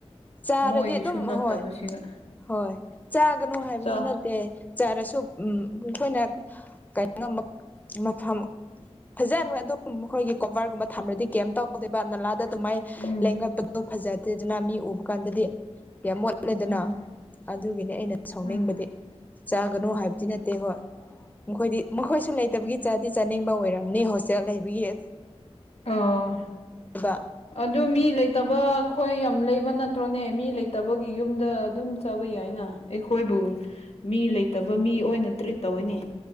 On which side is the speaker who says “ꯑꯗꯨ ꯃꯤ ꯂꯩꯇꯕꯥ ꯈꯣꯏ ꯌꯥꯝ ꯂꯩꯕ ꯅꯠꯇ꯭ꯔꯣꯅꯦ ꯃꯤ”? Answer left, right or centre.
Left